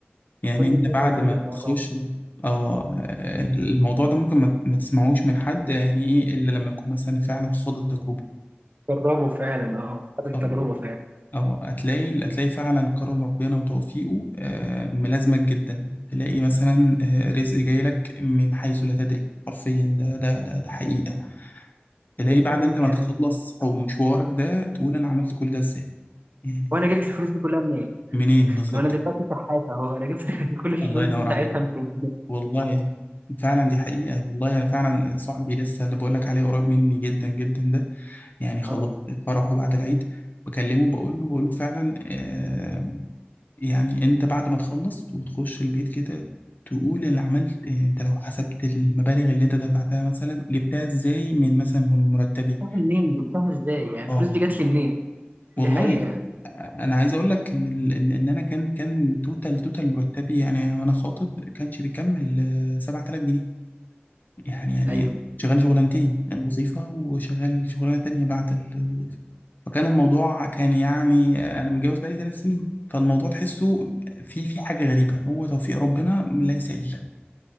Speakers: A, on the left; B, on the right.
A: يعني
B: كل
A: انت
B: الناس
A: بعد
B: بتقول
A: ما
B: الموضوع
A: بالظبط تخش اه الموضوع ده ممكن ما ما تسمعوش من حد يعني ايه الا لما يكون مثلا فعلا خاض التجربه
B: جربوا فعلا أه خد التجربة
A: الله
B: فعلا
A: اه هتلاقي هتلاقي فعلا كرم ربنا وتوفيقه آه، ملازمك جدا تلاقي مثلا آه، رزق جاي لك من حيث لا تدري حرفيا ده ده ده ده حقيقة تلاقي
B: دي
A: بعد
B: حقيقة
A: انت ما
B: يعني
A: تخلص او مشوارك ده تقول انا عملت كل ده ازاي يعني
B: وانا جبت الفلوس دي كلها منين؟
A: منين بالظبط
B: لو انا دلوقتي
A: كده؟
B: شحات اهو انا جبت <laughs> كل الفلوس
A: الله ينور
B: دي ساعتها
A: عليك
B: منين؟
A: والله فعلا دي حقيقة والله انا فعلا صاحبي لسه اللي بقول لك عليه قريب مني جدا جدا ده يعني خلاص
B: اه
A: فرحه بعد العيد بكلمه بقول له بقول له فعلا آه، يعني انت بعد ما تخلص وتخش البيت كده تقول انا عملت يعني انت لو حسبت المبالغ اللي انت دفعتها مثلا جبتها ازاي من مثلا من مرتبي
B: جبتها منين؟ جبتها ازاي؟ يعني الفلوس
A: اه
B: دي جت لي منين؟
A: والله
B: دي حقيقة
A: انا عايز اقول لك ان ال- ان إن انا كان كان توتال توتال مرتبي يعني وانا خاطب كانش بيكمل آه، 7000 جنيه يعني يعني
B: ايوه
A: شغال شغلانتين وظيفة وشغال شغلانة تانية بعد الوظيفة فكان الموضوع كان يعني أنا متجوز بقالي ثلاث سنين فالموضوع تحسه في في حاجة غريبة هو توفيق ربنا من ليس إلا